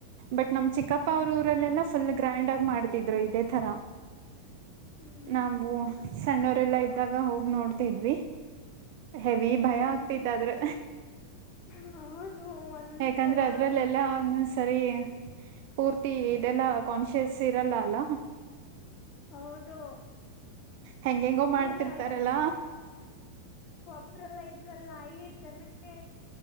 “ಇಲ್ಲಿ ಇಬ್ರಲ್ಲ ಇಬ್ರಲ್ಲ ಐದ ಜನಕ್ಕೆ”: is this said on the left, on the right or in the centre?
Left